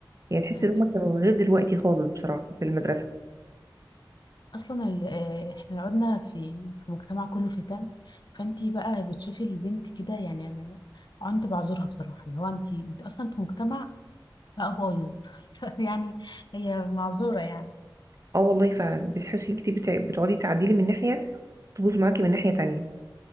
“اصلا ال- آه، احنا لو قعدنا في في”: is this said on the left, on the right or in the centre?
Left